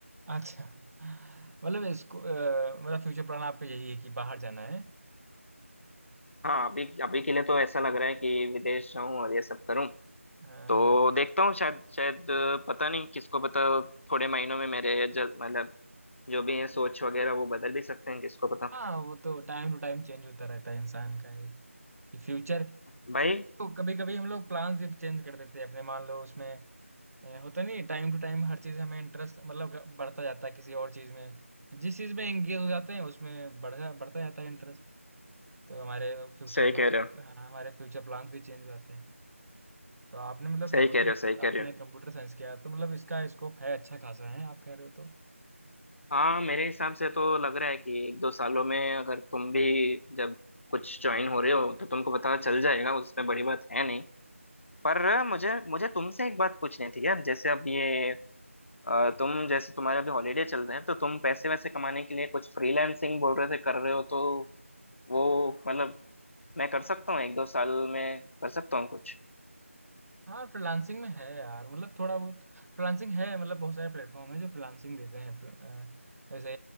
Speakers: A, on the right; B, on the left.
A: अच्छा मतलब इसको अ, मतलब फ्यूचर प्लान आपका यही है कि बाहर जाना है
B: हाँ अभी अभी के लिए तो ऐसा लग रहा है कि विदेश जाऊं और ये सब करूं
A: हाँ
B: तो देखता हूँ शायद शायद अ, पता नहीं किसको पता थोड़े महीनों में मेरे ज- मतलब जो भी है सोच वगैरह वो बदल भी सकते हैं किसको पता
A: हाँ, वो तो टाइम टू टाइम चेंज होता रहता है इंसान का एक फ्यूचर
B: भाई
A: कभी कभी हम लोग प्लान्स भी चेंज कर देते हैं अपने मान लो उसमें अ, होता नहीं टाइम टू टाइम हर चीज हमें इंटरेस्ट मतलब ग- बढ़ता जाता है किसी और चीज में जिस चीज में एंगेज हो जाते हैं उसमें बढ़ता बढ़ता जाता है इंटरेस्ट तो हमारे फ्यूचर
B: सही
A: प्लान
B: कह रहे हो
A: हाँ हमारे फ्यूचर प्लान्स भी चेंज हो जाते हैं तो आपने मतलब
B: सही
A: कंप्यूटर
B: कह रहे हो सही
A: आपने
B: कह रहे हो
A: कंप्यूटर साइंस किया है, तो मतलब इसका स्कोप है अच्छा खासा है आप कह रहे हो तो
B: हाँ मेरे हिसाब से तो लग रहा है कि एक दो सालों में अगर तुम भी जब कुछ ज्वाइन हो रहे हो तो तुमको पता चल जाएगा उसमें बड़ी बात है नहीं पर मुझे मुझे तुमसे एक बात पूछनी थी यार जैसे अब ये अ, तुम जैसे तुम्हारे अभी हॉलीडे चल रहे हैं तो तुम पैसे वैसे कमाने के लिए कुछ फ्रीलांसिंग बोल रहे थे कर रहे हो तो वो मतलब मैं कर सकता हूँ एक दो साल में कर सकता हूँ कुछ
A: हाँ फ्रीलांसिंग में है यार मतलब थोड़ा बहुत फ्रीलांसिंग है मतलब बहुत सारे प्लेटफॉर्म है जो फ्रीलांसिंग देते हैं प्र- अ, जैसे